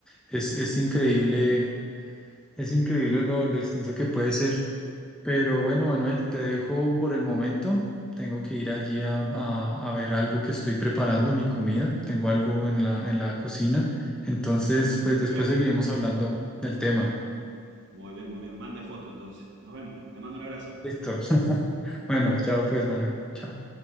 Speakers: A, in the centre; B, on the right (about 55°).
A: Es, es increíble,
B: Eh,
A: es increíble lo, lo extenso que puede ser. Pero bueno, Manuel, te dejo por el momento. Tengo que ir allí a, a- a ver algo que estoy preparando, mi comida. Tengo algo en la, en la cocina. Entonces,
B: ah, bueno, bueno,
A: pues
B: muy
A: después
B: bien.
A: seguiremos hablando del tema.
B: Muy bien, muy bien. Mande foto entonces. Nos vemos. Te mando un abrazo.
A: Listo. <laughs> Bueno, chao pues, Manuel. Chao.